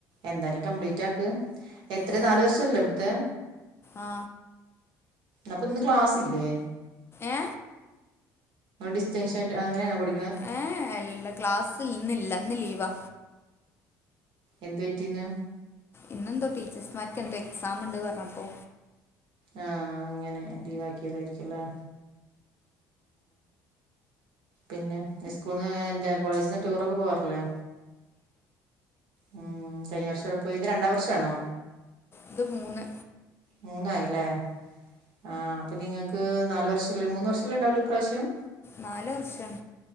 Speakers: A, on the right; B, on the left.
A: എന്തായാലും കംപ്ലീറ്റ് ആക്ക്. എത്ര
B: ആ
A: നാല് വർഷല്ലോ ഇപ്പത്തെ?
B: ആ
A: അപ്പൊ ഇന്ന് ക്ലാസ്ല്ലേ?
B: ഏ
A: ഡിസ്റ്റൻഷൻ് അങ്ങനെയ പഠിക്ക
B: ഏ എല്ല ക്ലാസ് ഇന്നില്ല ഇന്ന് ലീവാ
A: എന്ത് പറ്റിന്ന്.
B: ഇന്നെന്തോ ടീച്ചേഴ്സ്മാർക്ക് എന്തോ എക്സാം ഉണ്ട് പറഞ്ഞപ്പോ.
A: ആഹ അങ്ങനെ ലീവ് ആക്കിയതായിരിക്കല്ലേ? പിന്നെ സ്കൂളന്ന് എ കോളേജിൽന്ന് ടൂർൊക്കെ പോവാറില്ലോ? ഉം കഴിഞ്ഞ വർഷംഎവിടെ പോയി ഇത് രണ്ടാം വർഷ ആണോ?
B: ഇത് മൂന്ന്.
A: മൂന്നായില്ലേ ആഹ അപ്പൊ നിങ്ങക്ക് നാലു വർഷ മൂന്ന് വർഷല്ല ഉണ്ടാവല്ലോ പ്രാവശ്യം
B: നാല് വർഷം